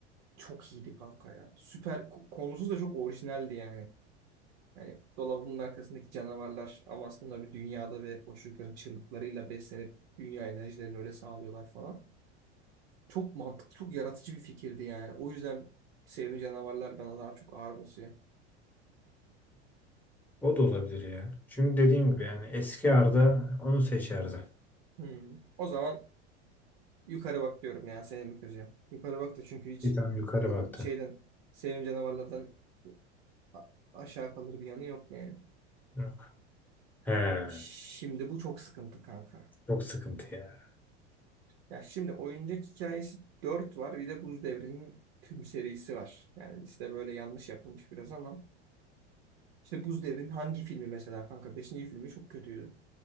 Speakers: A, on the right; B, in the centre.
A: çok iyiydi kanka ya. Süper ko- konusu da çok orijinaldi yani. Hani dolabının arkasındaki canavarlar ama aslında bir dünyada ve o çocukların çığlıklarıyla beslenip dünya enerjilerini öyle sağlıyorlar falan. Çok mantıklı, çok yaratıcı bir fikirdi yani. O yüzden Sevimli Canavarlar bana daha çok ağır basıyor.
B: O da olabilir ya. Çünkü dediğim gibi yani eski Arda onu seçerdi.
A: Hmm. O zaman Yukarı bak diyorum ya seni mi kıracağım? Yukarı bak da çünkü hiç
B: Bir tane yukarı
A: o
B: baktı.
A: şeyden sevim canavarlardan a- aşağı kalır bir yanı yok yani.
B: Yok. He,
A: Şimdi bu çok sıkıntı kanka.
B: çok sıkıntı ya.
A: Ya şimdi oyuncak hikayesi dört var bir de Buz Devri'nin tüm serisi var. Yani liste böyle yanlış yapılmış biraz ama. Şimdi Buz Devri'nin hangi filmi mesela kanka? beşinci filmi çok kötüydü.